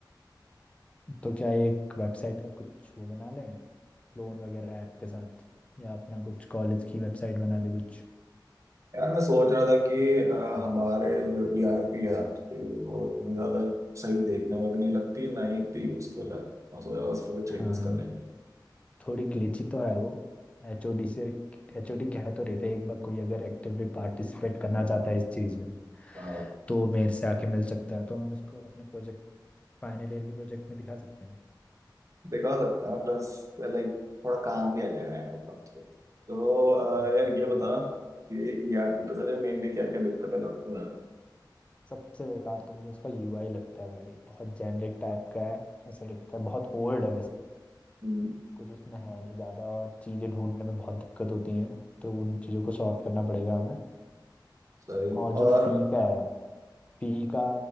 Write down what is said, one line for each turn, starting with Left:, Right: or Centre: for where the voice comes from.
Left: तो क्या एक वेबसाइट का कुछ वो बना लें क्लोन वगैरह ऐप के साथ या अपना कुछ कॉलेज की वेबसाइट बना दे कुछ
Right: यार मैं सोच रहा था कि अ, हमारे जो ईआरपी है आपकी वो इतनी ज्यादा सही देखने में भी नहीं लगती है ना ही इतनी यूजफुल है मैं सोचा उस पर कुछ चेंजेस
Left: हाँ
Right: कर लेंगे
Left: थोड़ी ग्लिची तो है वो एचओडी से एचओडी कह तो रहे थे एक बार कोई अगर एक्टिवली पार्टिसिपेट करना चाहता है इस चीज़ में
Right: अ,
Left: तो मेरे से आके मिल सकता है तो हम इसको अपने प्रोजेक्ट फाइनल ईयर के प्रोजेक्ट में दिखा सकते हैं
Right: देखा जा सकता है प्लस लाइक थोड़ा काम भी आ जाएगा यार ऊपर से तो अ,
Left: हम्म,
Right: यार ये
Left: तो
Right: बता कि ईआरपी पे तुझे मेनली क्या क्या दिक्कतें लगती हैं
Left: सबसे बेकार तो मुझे उसका यूआई लगता है भाई बहुत जेनरिक टाइप का है ऐसा लगता है बहुत ओल्ड है वैसे
Right: हम्म,
Left: कुछ उसमें है नहीं ज़्यादा और चीज़ें ढूंढने में बहुत दिक्कत होती हैं तो उन चीज़ों को सॉर्ट करना पड़ेगा हमें
Right: सही
Left: और जो
Right: और
Left: फी का है फी का